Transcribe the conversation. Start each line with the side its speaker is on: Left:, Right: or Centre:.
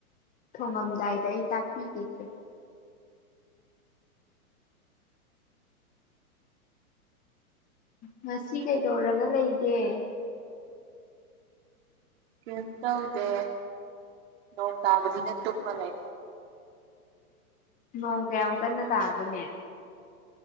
Left: ꯊꯣꯡꯉꯝꯗꯥꯏꯗ ꯑꯩ ꯇꯥꯛꯄꯤꯒꯦꯁꯦ ꯉꯁꯤ ꯀꯩꯗꯧꯔꯒ ꯂꯩꯒꯦ
Right: ꯀꯔꯤꯝ ꯇꯧꯗꯦ ꯅꯣꯡ ꯇꯥꯕꯅꯤꯅ ꯇꯨꯝꯃ ꯂꯩ
Left: ꯅꯣꯡ ꯀꯌꯥꯝ ꯀꯟꯅ ꯇꯥꯒꯦꯅꯦ